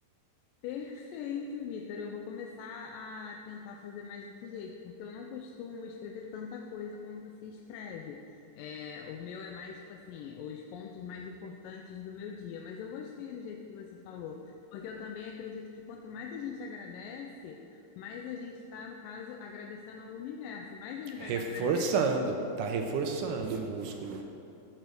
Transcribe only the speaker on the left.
Perfeito, Vitor. Eu vou começar a tentar fazer mais desse jeito, porque eu não costumo escrever tanta coisa como você escreve. É, o meu é mais, tipo assim, os pontos mais importantes do meu dia. Mas eu gostei do jeito que você falou, porque eu também acredito que quanto mais a gente agradece, mais a gente está, no caso, agradecendo ao universo, mais ele vai
dar pra gente.